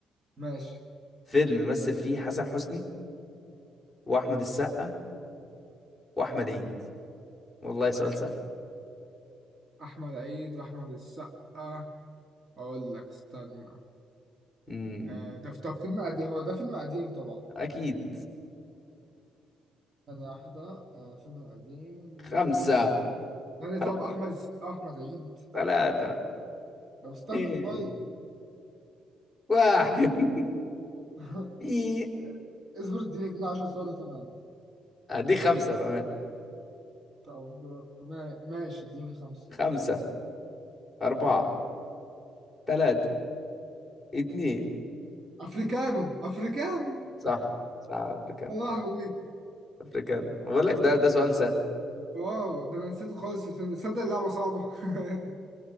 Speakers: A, on the right (about 40°); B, in the centre.
A: ماشي
B: فيلم مثل فيه حسن حسني واحمد السقا واحمد عيد والله سؤال سهل
A: احمد عيد واحمد السقا اقول لك استنى
B: امم
A: آه ده في طب فيلم قديم هو ده فيلم قديم طبعا
B: اكيد
A: ثانية واحدة آه فيلم قديم
B: خمسة
A: ثانية طب
B: أربعة
A: أحمد السقا وأحمد عيد
B: ثلاثة
A: طب استنى
B: اثنين
A: طيب
B: واحد <laughs>
A: <laughs>
B: إيه.
A: اصبر اديني كده 10 ثواني كمان
B: هديك خمسة بأمان
A: طب ما- ماشي اديني خمسة
B: خمسة أربعة ثلاثة اثنين
A: افريكانو افريكانو
B: صح صح أفريكان
A: يا لهوي
B: أفريكان بقول لك ده ده سؤال سهل
A: اه ده انا نسيته خالص الفيلم تصدق اللعبة صعبة <laughs>